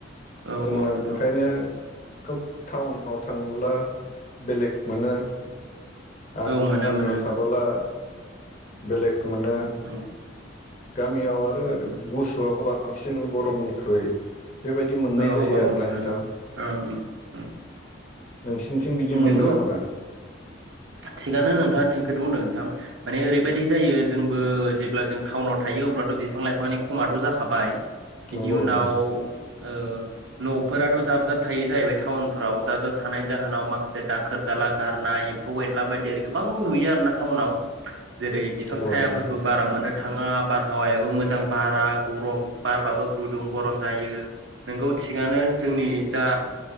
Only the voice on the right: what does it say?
औ
औ नोंथां
औ मोनो
मोनो नोंथां
औ
औ
औ
औ
थिगआनो
ओं ओं ओं
नोंगौ
थिगानो नोंथाङा थिंखोनो बुंदों नोंथां माने ओरैबायदि जायो जोंबो जेब्ला जों टाउनाव थायो अब्लाथ बिफां लाइफांनि खमाथ जाखाबाय। बिनि
उनाव
ओ नफोराथ जाब जाब थायो जाहैबाय टाउनफोराव जाबजाब थानायनि जाहोनाव माखासे दाखोर दाला गारनाय एम्फौ एला बायदि गोबां नुयो आरो ना टाउनाव। जेरै बिफां
सायाफोरबो
बारा मोन थाङा बारहावायाबो मोजां बारा गरम बारबाबो गुदुं गरम जायो नोंगौ थिगानो जोंनि जा